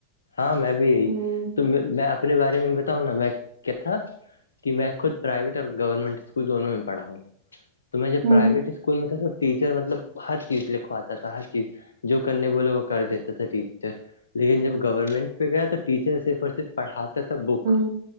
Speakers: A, on the left; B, on the right.
A: ہاں میں بھی یہی
B: ہوں
A: تو میں میں اپنے بارے میں بتاؤں نا میں کیا تھا کہ میں خود پرائیویٹ اور گورنمنٹ اسکول دونوں میں پڑا ہوں تو میں جب
B: ہوں
A: پرائیویٹ اسکول اسکول میں تھا تو ٹیچر مطلب ہر چیز لکھواتا تھا ہر چیز جو کرنے بولے وہ کر دیتا تھا ٹیچر لیکن جب گورنمنٹ پہ گیا تو ٹیچر صرف اور صرف پڑھاتا تھا بک
B: ہوں